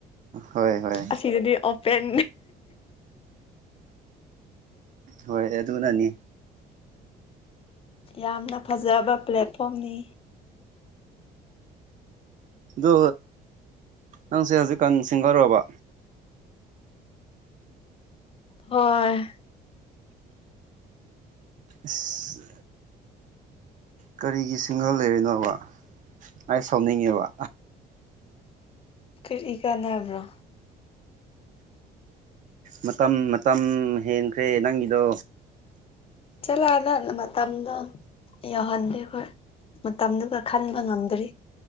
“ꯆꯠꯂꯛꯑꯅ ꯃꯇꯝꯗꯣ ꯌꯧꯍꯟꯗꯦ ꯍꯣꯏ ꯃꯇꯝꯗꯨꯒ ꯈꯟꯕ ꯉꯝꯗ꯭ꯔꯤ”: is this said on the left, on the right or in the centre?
Left